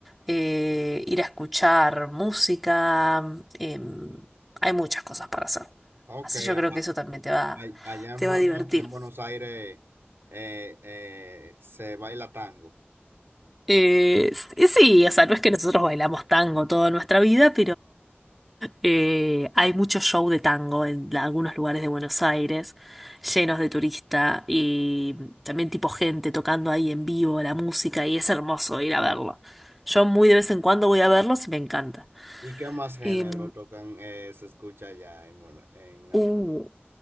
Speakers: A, in the centre; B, on the right.
A: eh, ir a escuchar música, em, hay muchas cosas para hacer.
B: Ok,
A: Así
B: a-
A: yo creo que eso también
B: a-
A: te va,
B: allá en
A: te
B: Buenos,
A: va a divertir.
B: en Buenos Aires eh, eh, se baila tango.
A: Eh, s- sí, o sea, no es que nosotros bailamos tango toda nuestra vida, Eh, hay mucho show de tango en la- algunos lugares de Buenos Aires, llenos de turista y también tipo gente tocando ahí en vivo la música y es hermoso ir a verlo. Yo muy de vez en cuando voy a verlos y me encanta.
B: ¿Y qué más género
A: Em,
B: tocan, eh, se escucha allá en, Buenos- en Argentina?
A: uh,